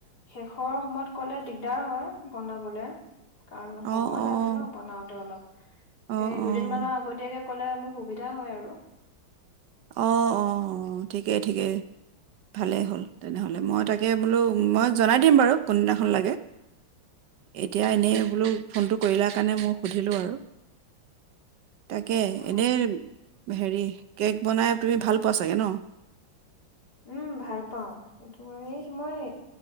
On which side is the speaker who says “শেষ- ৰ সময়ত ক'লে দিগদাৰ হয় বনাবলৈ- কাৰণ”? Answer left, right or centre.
Left